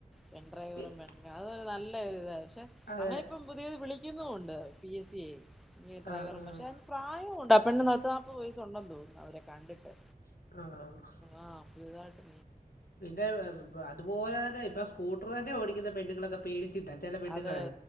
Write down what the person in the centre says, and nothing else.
പെൺ ഡ്രൈവറും
പെൺ അതൊരു നല്ലൊരു ഇതാ പക്ഷെ
അങ്ങനെ ഇപ്പം- പുതിയത് വിളിക്കുന്നുണ്ട് പി എസ് സി ഞ് ഡ്രൈവറും
പക്ഷെ പ്രായോണ്ട് പെണ്ണ് പത്ത് നാല്പ്പത് വയസുണ്ടെന്ന് തോന്നുന്നു അവരെ കണ്ടിട്ട്
ആ പുതുതായിട്ട്
അതെ